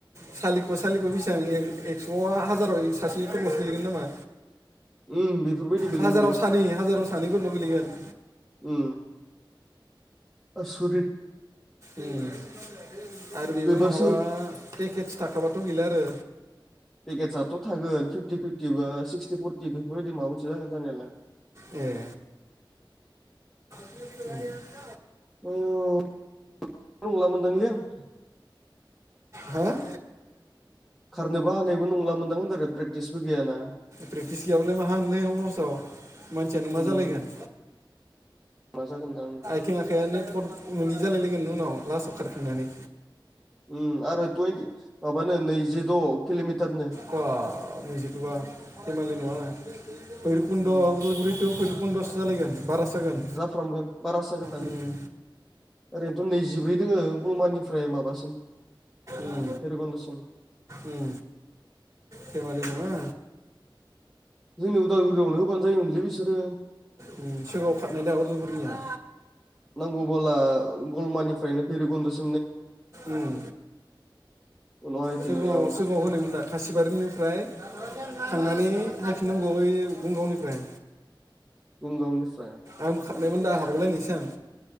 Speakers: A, on the right; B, in the centre.
A: सालिख' सालिख' बेसेबां एक-एक्स' हाजाराव सासे फोरल'सो गोलैगोन नामा?
B: उम बेफोरबायदि गोलैहैगोन
A: हाजाराव सानै हाजाराव सानैफोरनाव गोलैगोन।
B: उम आसरित
A: उम आरो बेबो
B: बे बोसोर
A: माबा पेकेटस थाखाबाथ' गैला आरो
B: पेकेटसआथ' थागोन फिफ्टि फिफ्टि बा सिक्सटि फरटि बेफोरबायदि माबा मोनसे जागोन जानायालाय।
A: ए <unintelligible>
B: <unintelligible>
A: हो?
B: खारनोबो हानायबो नंला मोनदां होनदों रे आरो प्रेक्टिसबो गैयाना
A: प्रेकटिस गैयाबालाय माहा होनलै दस मानसियानो मा
B: उम
A: जालायगोन।
B: मा जागोन दा उम
A: आथिं आखायानो थद मोनै जालाय लायगोन उनाव लास्टाव खारखांनानै।
B: उम आरो टुइन्टि माबानो नैजिद' कल'मिटारनो।
A: बा नैजिद'बा धेमालि नङा। भैरबकुन्द'
B: उम
A: उदालगुरि थु भैरबकुन्द'सो जालायगोन बारासो जागोन।
B: जाफ्रामगोन बारासो जागोनदां।
A: उम
B: ओरैनोथ' नैजिब्रै दोङो गलमानिफ्राय माबासिम।
A: उम
B: भेरगन्दसिम
A: उम धेमलि नङा।
B: जोंनि उदालगुरियावनो होबानो जायोमोनलै बिसोरो
A: उम सिगाङाव खारना‌दा आगोल उदालगुरिनिया
B: नांगौबोला गलमानिफ्रायनो भैरबकुन्दसिम
A: उम
B: उनाव हायफिननायाव
A: सिगाङाव सिगाङाव होनायमोन दा? खासिबारिनिफ्राय थांनानै फायफिननांगौ यै भुम गावनिफ्राय
B: भुम गावनिफ्राय
A: आंबो खारनायमोन दा हाबावलायनायसो आं